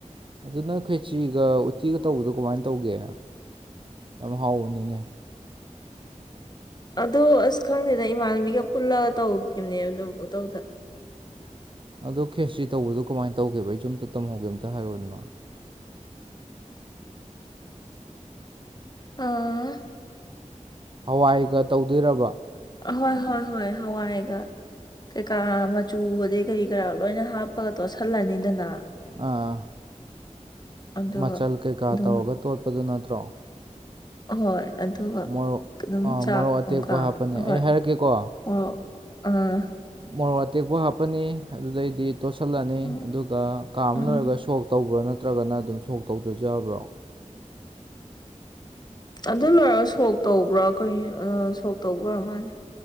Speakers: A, on the right; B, on the left.
A: ꯑꯗꯨ ꯅꯪ ꯈꯔꯦꯆꯤꯒ ꯎꯇꯤꯒ ꯇꯧꯕꯗꯣ ꯀꯃꯥꯏꯅ ꯇꯧꯒꯦ ꯌꯥꯝ ꯍꯥꯎꯕꯅꯤꯅꯦ
B: ꯑꯗꯣ ꯑꯁ ꯈꯪꯗꯦꯗ ꯏꯃꯥꯟꯅꯕꯤꯒ ꯄꯨꯜꯂꯒ ꯇꯧꯈꯤꯕꯅꯦ ꯑꯗꯨꯝ ꯄꯨꯡꯇꯧꯗ <inaudible>
A: ꯑꯗꯣ ꯈꯦꯆ꯭ꯔꯤ ꯇꯧꯕꯗꯣ ꯀꯃꯥꯏꯅ ꯇꯧꯒꯦꯕ ꯑꯩ ꯆꯨ ꯑꯝꯇ ꯇꯝꯍꯧꯒꯦ ꯑꯝꯇ ꯍꯥꯏꯔꯣꯗꯅ
B: ꯑꯥ
A: ꯍꯋꯥꯏꯒ ꯇꯧꯗꯣꯏꯔꯕ
B: ꯍꯣꯏ ꯍꯣꯏ ꯍꯣꯏ ꯍꯋꯥꯏꯒ ꯀꯩꯀꯥ ꯃꯆꯨ ꯑꯗꯩ ꯀꯔꯤ ꯀꯔꯥ ꯂꯣꯏꯅ ꯍꯥꯞꯄꯒ ꯇꯣꯠꯁꯜꯂꯅꯤꯗꯅ
A: ꯑꯥ
B: ꯑꯗꯨꯒ
A: ꯃꯆꯜ ꯀꯩꯀꯥ
B: ꯑꯗꯨꯝ
A: ꯇꯧꯔꯒ ꯇꯣꯠꯄꯗꯨ ꯅꯠꯇ꯭ꯔꯣ
B: ꯍꯣꯏ ꯑꯗꯨꯒ
A: ꯃꯣꯔꯣꯛ
B: ꯑꯗꯨꯝ
A: ꯑꯥ
B: ꯆꯥꯛ
A: ꯃꯣꯔꯣꯛ ꯑꯇꯦꯛꯄ
B: ꯀꯥꯝ
A: ꯍꯥꯞꯄꯅꯤ
B: ꯑꯍꯣꯏ
A: ꯑꯩ ꯍꯥꯏꯔꯛꯀꯦꯀꯣ
B: ꯍꯣ ꯑꯥ
A: ꯃꯣꯔꯣꯛ ꯑꯇꯦꯛꯄ ꯍꯥꯞꯄꯅꯤ ꯑꯗꯨꯗꯩꯗꯤ ꯇꯣꯠꯁꯤꯜꯂꯅꯤ
B: ꯎꯝ
A: ꯑꯗꯨꯒ ꯀꯥꯃ
B: ꯎꯝ
A: ꯂꯣꯏꯔꯒ ꯁꯣꯛ ꯇꯧꯕ꯭ꯔꯥ ꯅꯠꯇ꯭ꯔꯒꯅ ꯑꯗꯨꯝ ꯁꯣꯛ ꯇꯧ ꯇꯔꯖꯨ ꯌꯕ꯭ꯔꯣ
B: ꯑꯗꯨ ꯂꯣꯏꯔꯒ ꯁꯣꯛ ꯇꯧꯕ꯭ꯔꯥ ꯀꯩ ꯁꯣꯛ ꯇꯧꯕ ꯑꯣꯏꯔ ꯃꯥꯜꯂꯦ